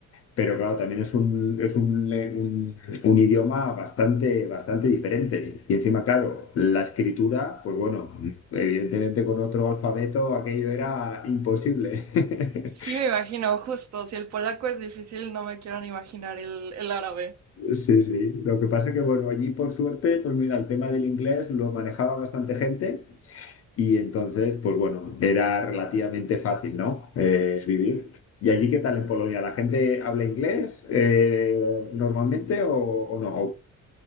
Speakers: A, on the left; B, on the right.
A: pero claro, también es un, es un, le- un- un idioma bastante, bastante diferente. Y encima, claro, la escritura, pues bueno, evidentemente con otro alfabeto aquello era imposible. <laughs>
B: sí me imagino, justo, si el polaco es difícil, no me quiero ni imaginar el, el árabe.
A: Sí, sí. Lo que pasa que, bueno, allí por suerte, pues mira, el tema del inglés lo manejaba bastante gente. Y entonces, pues bueno, era relativamente fácil, ¿no? Eh, vivir. ¿Y allí qué tal en Polonia? ¿La gente habla inglés eh, normalmente o, o no?